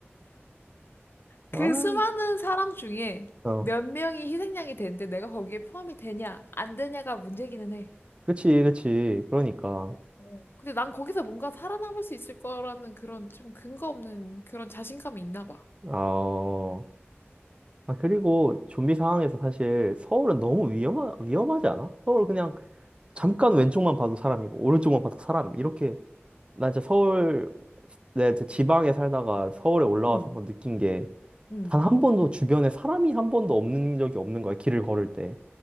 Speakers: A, on the left (about 55°); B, on the right (about 25°).
A: 그
B: 아,
A: 수많은 사람 중에
B: 어.
A: 몇 명이 희생양이 되는데 내가 거기에 포함이 되냐, 안 되냐가 문제기는 해.
B: 그치, 그치. 그러니까.
A: 어, 어. 근데 난 거기서 뭔가 살아남을 수 있을 거라는 그런 좀 근거 없는 그런 자신감이 있나 봐.
B: 어. 아, 그리고 좀비 상황에서 사실 서울은 너무 위험하, 위험하지 않아? 서울 그냥 잠깐 왼쪽만 봐도 사람이고, 오른쪽만 봐도 사람. 이렇게, 나 이제 서울, 내가 이제 지방에 살다가 서울에 올라와서
A: 응,
B: 한번 느낀 게,
A: 응,
B: 단 한 번도 주변에 사람이 한 번도 없는 적이 없는 거야, 길을 걸을 때.